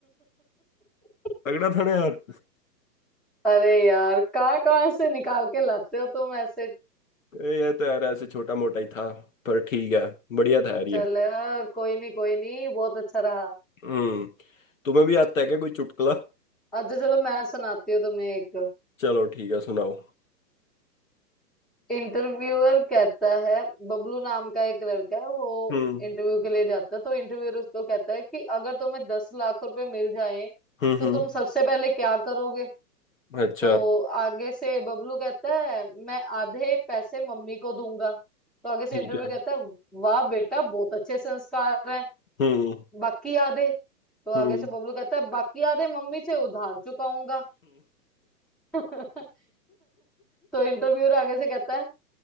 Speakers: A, in the centre; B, on the left.
A: <laughs>
B: तगड़ा था ना यार
A: अरे यार कहाँ कहाँ से निकाल के लाते हो तुम ऐसे
B: ए, ये तो यार ऐसे छोटा मोटा ही था पर ठीक है बढ़िया था यार ये
A: चल कोई नहीं कोई नहीं बहुत अच्छा रहा
B: हम्म तुम्हें भी आता है क्या कोई चुटकुला
A: अच्छा चलो मैं सुनाती हूँ तुम्हें एक
B: चलो ठीक है सुनाओ
A: इंटरव्यूअर कहता है बबलू नाम का एक लड़का है वो
B: हम्म
A: इंटरव्यू के लिए जाता है तो इंटरव्यूअर उसको कहता है कि अगर तुम्हें दस लाख रुपए मिल जाएं
B: हम्म
A: तो
B: हम्म
A: तुम सबसे पहले क्या करोगे
B: अच्छा
A: तो आगे से बबलू कहता है मैं आधे पैसे मम्मी को दूंगा तो आगे से
B: ठीक
A: इंटरव्यू
B: है
A: कहता है वाह बेटा बहुत अच्छे संस्कार हैं
B: हम्म
A: बाकी आधे तो आगे
B: हम्म
A: से बबलू कहता है बाकी आधे मम्मी से उधार चुकाऊंगा <laughs> तो इंटरव्यूअर आगे से कहता है